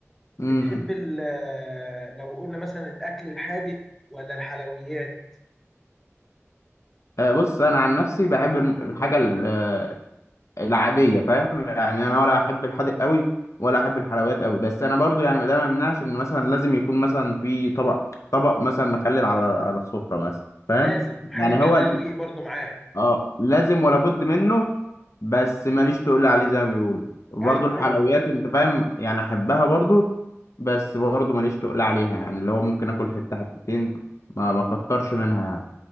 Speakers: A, on the left; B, in the centre.
A: امم
B: بتحب ال- لو قلنا مثلا الاكل الحادق ولا الحلويات
A: آه، بص انا عن نفسي بحب الم- الحاجه ال- آه، العاديه فاهم يعني انا ولا احب الحادق قوي ولا احب الحلويات قوي بس انا برضو يعني ما ده ما يمنعش ان مثلا لازم يكون مثلا في طبق طبق مثلا مخلل على على السفره مثلا فاهم
B: لازم حاجة
A: يعني
B: تجري
A: هو
B: الريق برضو معاه
A: اه لازم ولا بد منه بس ماليش تقول عليه زي ما بيقولوا برضه
B: ايوه
A: الحلويات
B: ايوه
A: انت فاهم يعني احبها برضه بس برضه ماليش تقول عليها يعني اللي هو ممكن اكل حته حتتين ما ما كترش منها يعني